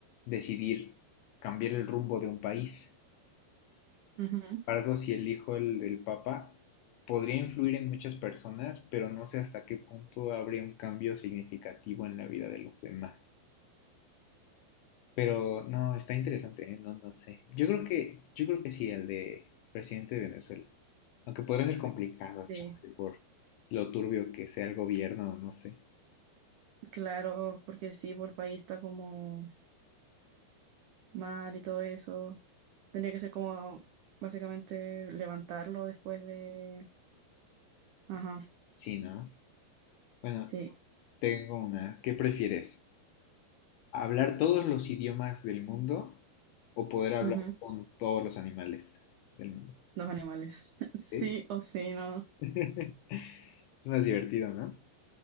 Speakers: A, on the left; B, on the right.
A: decidir cambiar el rumbo de un país.
B: ujú.
A: embargo, si elijo el del Papa, podría influir en muchas personas, pero no sé hasta qué punto habría un cambio significativo en la vida de los demás. Pero no, está interesante, ¿eh? No, no sé. Yo creo que, yo creo que sí, el de presidente de Venezuela. Aunque podría ser complicado,
B: Sí,
A: chance, por lo turbio que sea el gobierno, no sé.
B: claro, porque sí, por el país está como mal y todo eso. Tendría que ser como básicamente levantarlo después de... Ajá,
A: Sí, ¿no? Bueno,
B: sí.
A: tengo una. ¿Qué prefieres? ¿Hablar todos los idiomas del mundo o poder hablar
B: ujú.
A: con todos los animales del mundo?
B: Los animales. <laughs> Sí
A: ¿Sí?
B: o sí, no.
A: <laughs> Es más divertido, ¿no?